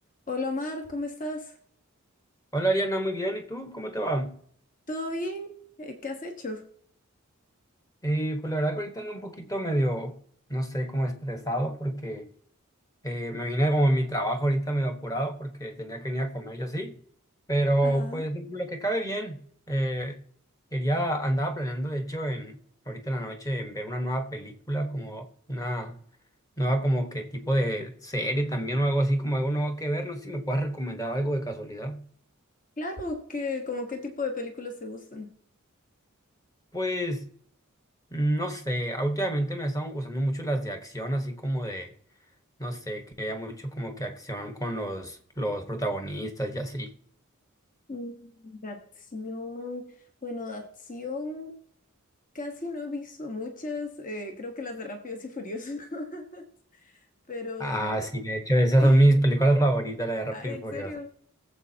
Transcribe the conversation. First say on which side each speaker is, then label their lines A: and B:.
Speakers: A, on the left; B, on the left.
A: Hola Mar, ¿cómo estás?
B: Hola Ariana, muy bien. ¿Y tú? ¿Cómo te va?
A: ¿Todo bien? Eh, ¿Qué has hecho?
B: Eh, pues la verdad que ahorita ando un poquito medio, no sé, como estresado porque eh, me vine como a mi trabajo ahorita medio apurado porque tenía que venir a comer y así. Pero
A: Ajá.
B: pues lo que cabe bien. Eh, quería, andaba planeando de hecho en, ahorita en la noche en ver una nueva película, como una nueva como que tipo de serie también o algo así, como algo nuevo que ver. No sé si me puedas recomendar algo de casualidad.
A: Claro, que, como qué tipo de películas te gustan?
B: Pues... No sé, ah, últimamente me estaban gustando mucho las de acción, así como de, no sé, que haya mucho como que acción con los, los protagonistas y así.
A: Mm, De acción, bueno, de acción casi no he visto muchas, eh, creo que las de Rápidos y Furiosos, <laughs> pero,
B: Ah, sí, de hecho, esas
A: <laughs>
B: son mis películas favoritas, la de Rápido
A: ay, en
B: y Furioso.
A: serio,